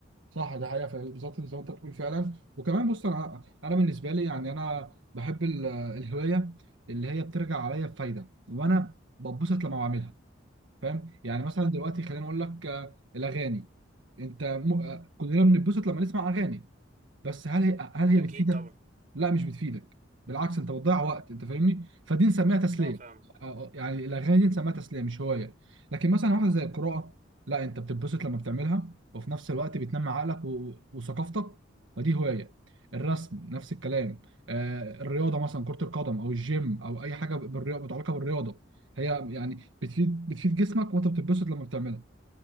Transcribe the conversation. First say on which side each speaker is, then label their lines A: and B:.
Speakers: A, on the right; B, on the right.
A: صح ده حقيقه فعلا. بالظبط زي ما انت بتقول فعلا وكمان بص انا انا بالنسبه لي يعني انا بحب ال- الهوايه اللي هي بترجع عليا بفايده وانا بتبسط لما بعملها فاهم يعني مثلا دلوقتي خليني اقول لك آه، الاغاني انت م... آه، كلنا بنتبسط لما نسمع اغاني بس هل هي هل هي
B: اكيد
A: بتفيدك؟
B: طبعا
A: لا مش بتفيدك بالعكس انت بتضيع وقت انت فاهمني؟ فدي نسميها تسليه
B: اه فاهم
A: اه، آه، يعني الاغاني دي نسميها تسليه مش هوايه لكن مثلا واحده زي القراءه لا انت بتتبسط لما بتعملها وفي نفس الوقت بتنمي عقلك و... وثقافتك فدي هوايه الرسم نفس الكلام آه الرياضه مثلا كره القدم او الجيم او اي حاجه بالرياضه متعلقه بالرياضه هي يعني بتفيد بتفيد جسمك وانت بتتبسط لما بتعملها